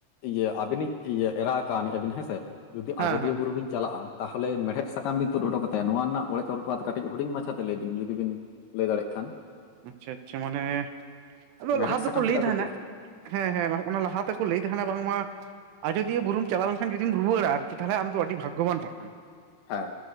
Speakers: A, on the left; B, on the right.
A: ᱤᱭᱟᱹ ᱟᱵᱤᱱᱤᱡ ᱤᱭᱟᱹ ᱮᱨᱟ ᱟᱠᱟᱱᱤᱡ ᱟᱵᱤᱱ ᱦᱮᱸᱥᱮ ᱡᱩᱫᱤ
B: ᱦᱮᱸ
A: ᱟᱡᱚᱫᱤᱭᱟᱹ
B: ᱦᱮᱸ
A: ᱵᱩᱨᱩ ᱵᱤᱱ ᱪᱟᱞᱟᱜᱼᱟ᱾ ᱛᱟᱦᱚᱞᱮ ᱢᱮᱲᱦᱮᱫ ᱥᱟᱠᱟᱢ ᱵᱤᱱ ᱛᱩᱫ ᱦᱚᱴᱚ ᱠᱟᱛᱟᱭᱟ ᱱᱚᱣᱟ ᱨᱮᱱᱟᱜ ᱚᱲᱮᱡ ᱪᱚᱨᱯᱟᱛ ᱠᱟᱹᱴᱤᱡ ᱦᱩᱰᱤᱧ ᱢᱟᱪᱷᱟᱛᱮ ᱞᱟᱹᱭ ᱵᱤᱱ ᱡᱩᱫᱤ ᱵᱤᱱᱼᱼ ᱞᱮᱹ ᱫᱟᱲᱮᱜ ᱠᱷᱟᱱ᱾
B: ᱟᱪᱪᱷᱟ ᱟᱪᱪᱷᱟ ᱢᱟᱱᱮ ᱟᱫᱚ
A: ᱢᱮᱲᱦᱮᱫ
B: ᱞᱟᱦᱟ ᱫᱚᱠᱚ
A: ᱥᱟᱠᱟᱢ ᱪᱮᱫᱟᱜ
B: ᱞᱮᱹᱭ ᱛᱟᱦᱮᱱᱟ᱾
A: ᱠᱚ ᱛᱩᱫ
B: ᱦᱮᱸ ᱦᱮᱸ ᱚᱱᱟ ᱞᱟᱦᱟ ᱛᱮᱠᱚ ᱞᱮᱹᱭ ᱛᱟᱦᱮᱱᱟ ᱵᱟᱝᱢᱟᱼᱼ ᱟᱡᱚᱫᱤᱭᱟᱹ ᱵᱩᱨᱩᱢ ᱪᱟᱞᱟᱣ ᱞᱮᱱ ᱠᱷᱟᱱ ᱡᱩᱫᱤᱢ ᱨᱩᱣᱟᱹᱲᱟ ᱟᱨᱠᱤ ᱛᱟᱦᱞᱮ ᱟᱢ ᱫᱚ ᱟᱹᱰᱤ ᱵᱷᱟᱜᱽᱜᱚᱵᱟᱱᱟ ᱠᱟᱱᱟᱢ᱾
A: ᱦᱮᱸ